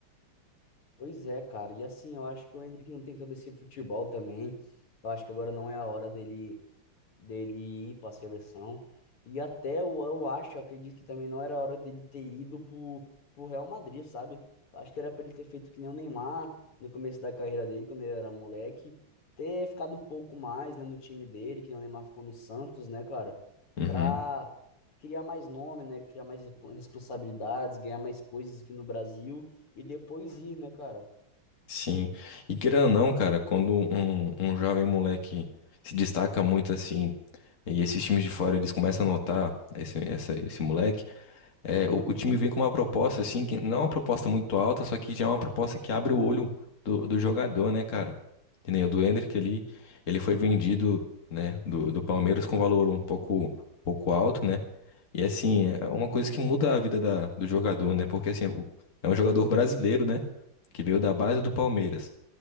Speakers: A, on the left (about 85°); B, on the left (about 40°).
A: Pois é, cara. E assim, eu acho que o Endrick não tem todo esse futebol também. Eu acho que agora não é a hora dele dele ir para a seleção. E até eu, eu acho, eu acredito que também não era hora dele ter ido pro, pro Real Madrid, sabe? Acho que era para ele ter feito que nem o Neymar no começo da carreira dele, quando ele era moleque, ter ficado um pouco mais, né, no time dele, que nem o Neymar ficou no Santos, né, cara?
B: Uhum.
A: Pra criar mais nome, né, criar mais respo- responsabilidades, ganhar mais coisas aqui no Brasil e depois ir, né, cara?
B: Sim. E querendo ou não, cara, quando um, um jovem moleque se destaca muito assim. E esses times de fora, eles começam a notar esse, essa- esse moleque. É, o, o time vem com uma proposta, assim, que não é uma proposta muito alta, só que já é uma proposta que abre o olho do, do jogador, né, cara? Que nem o do Endrick ali, ele foi vendido, né, do, do Palmeiras com valor um pouco, pouco alto, né? E assim, é uma coisa que muda a vida da, do jogador, né? Porque assim, o- é um jogador brasileiro, né? Que veio da base do Palmeiras.